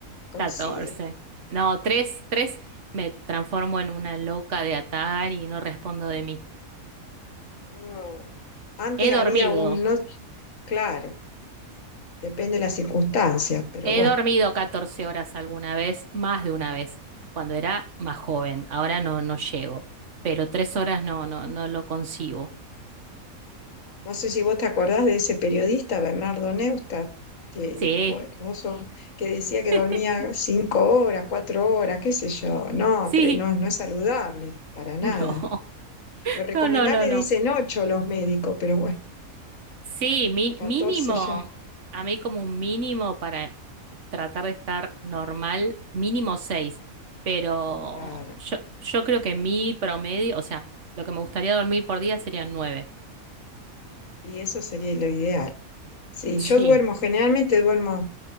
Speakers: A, on the left; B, on the right.
A: coincido.
B: catorce No, tres tres Me transformo en una loca de atar y no respondo de mí.
A: Uno- Antes
B: He dormido.
A: había un, no, claro, depende de las circunstancias, pero
B: He
A: bueno,
B: dormido catorce horas alguna vez, más de una vez, cuando era más joven. Ahora no, no llego. Pero tres horas no, no, no lo consigo.
A: no sé si vos te acordás de ese periodista, Bernardo Neustadt, que,
B: Sí,
A: bueno, vos sos- que decía que
B: <laughs>
A: dormía cinco horas, cuatro horas, qué sé yo. No,
B: sí.
A: tres, no, no es saludable, para nada.
B: No,
A: Lo recomendable
B: no, no, no, no.
A: dicen 8 los médicos, pero bueno,
B: Sí, mi-
A: 14
B: mínimo,
A: ya.
B: a mí como un mínimo para tratar de estar normal, mínimo seis, pero
A: Claro.
B: yo, yo creo que mi promedio, o sea, lo que me gustaría dormir por día serían nueve.
A: Y eso sería lo ideal. Sí,
B: <laughs> Sí,
A: yo duermo, generalmente duermo